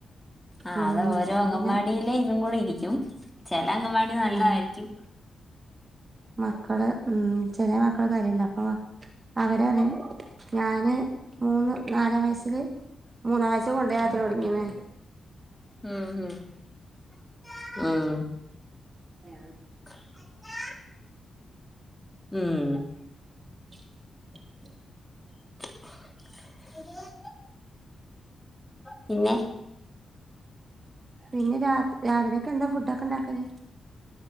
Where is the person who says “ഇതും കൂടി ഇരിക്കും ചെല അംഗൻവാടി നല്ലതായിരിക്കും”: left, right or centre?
Centre